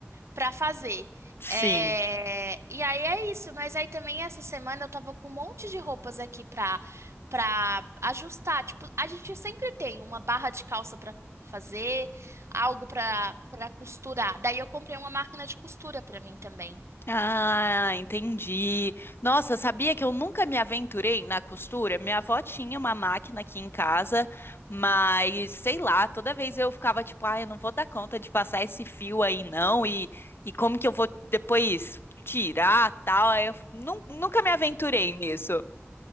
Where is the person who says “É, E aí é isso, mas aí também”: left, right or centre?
Right